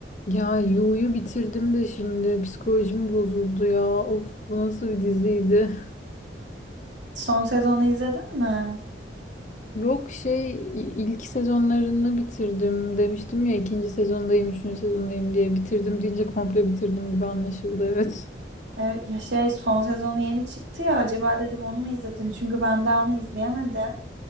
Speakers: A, on the left; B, on the right.
A: Ya Yu'yu bitirdim de şimdi psikolojim bozuldu ya. Of bu nasıl bir diziydi? <laughs>
B: Son sezonu izledin mi?
A: Yok şey i- ilk sezonlarını bitirdim demiştim ya ikinci sezondayım, üçüncü sezondayım diye bitirdim deyince komple bitirdim gibi anlaşıldı evet.
B: Ee, ya şey son sezonu yeni çıktı ya acaba dedim onu mu izledin? Çünkü ben daha onu izleyemedim.